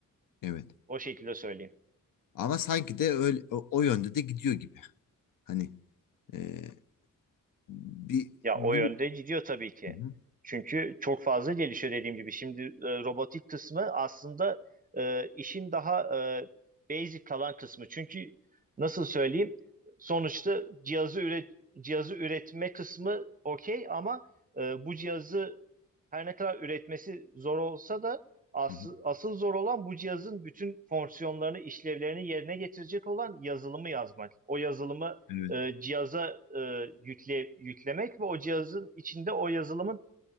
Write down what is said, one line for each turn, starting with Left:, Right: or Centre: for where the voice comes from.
Left: Evet.
Right: o şekilde söyleyeyim.
Left: Ama sanki de öyle o, o yönde de gidiyor gibi. Hani e, bir,
Right: Ya
Left: bir
Right: o yönde gidiyor tabii ki.
Left: Hı hı,
Right: Çünkü çok fazla gelişiyor dediğim gibi. Şimdi e, robotik kısmı aslında e, işin daha e, basic kalan kısmı. Çünkü nasıl söyleyeyim? Sonuçta cihazı üret cihazı üretme kısmı okey ama e, bu cihazı her ne kadar üretmesi zor olsa da asıl,
Left: hı hı.
Right: asıl zor olan bu cihazın bütün fonksiyonlarını, işlevlerini yerine getirecek olan yazılımı yazmak. O yazılımı
Left: Evet,
Right: e, cihaza e, yükle, yüklemek ve o cihazın içinde o yazılımın